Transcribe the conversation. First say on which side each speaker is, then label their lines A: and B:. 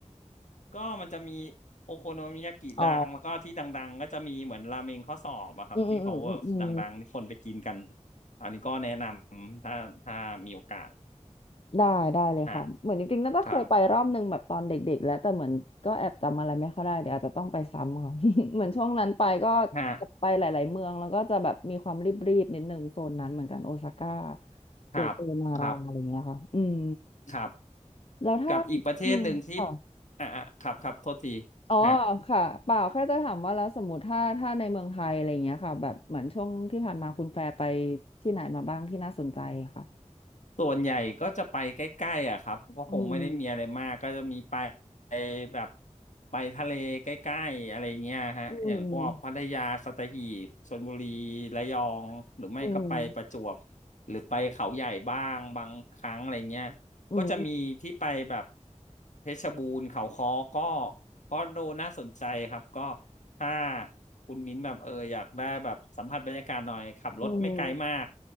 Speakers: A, on the left; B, on the left.
A: ก็มันจะมีโอโคโนมิยากิดังแล้วก็ที่ดังๆก็จะมีเหมือนราเมงข้อสอบอะครับที่เขาแบบดังๆที่คนไปกินกัน
B: อ๋ออืมอืมอืมอืมอืม
A: อันนี้ก็แนะนำถ้าถ้ามีโอกาส
B: ได้ได้เลยค่ะเหมือนจริงๆน่าจะเคยไปรอบนึงแบบตอนเด็กๆแล้วแต่เหมือนก็แอบจำอะไรไม่ค่อยได้เดี๋ยวอาจจะต้องไปซ้ำค่ะ
A: ฮะครับ
B: <laughs> เหมือนช่วงนั้นไปก็
A: ฮะ
B: ไปหลายๆเมืองแล้วก็จะแบบมีความรีบๆนิดนึงโซนนั้นเหมือนกันโอซาก้าเกียวโตนาราอะไรเงี้ยค่ะอืม
A: ครับครับครับ
B: แล้วถ้า
A: กับอีกประเทศหนึ่งที่
B: อืมค่ะ
A: อ่ะอ่ะครับครับโทษที
B: อ๋อค่ะเปล่าแค่จะถามว่าแล้วสมมติถ้าถ้าในเมืองไทยอะไรอย่างเงี้ยค่ะแบบเหมือนช่วงที่ผ่านมาคุณแฟร์ไป
A: ฮะ
B: ที่ไหนมาบ้างที่น่าสนใจค่ะ
A: ส่วนใหญ่ก็จะไปใกล้ๆอ่ะครับก็คงไม่ได้มีอะไรมากก็จะมีไป
B: อืม
A: แบบไปทะเลใกล้ๆอะไรเงี้ยฮะอย่างพวกพัทยาสัตหีบชลบุรี
B: อืม
A: ระยองหรือไม่ก็ไปประจวบ
B: อืม
A: หรือไปเขาใหญ่บ้างบางครั้งอะไรเงี้ย
B: อืม
A: ก็จะมีที่ไปแบบเพชรบูรณ์เขาค้อก็ก็ดูน่าสนใจครับก็ ถ้าคุณมิ้นแบบเอออยากได้แบบสัมผัสบรรยากาศหน่อยขับรถไม่ไกลมาก
B: อืม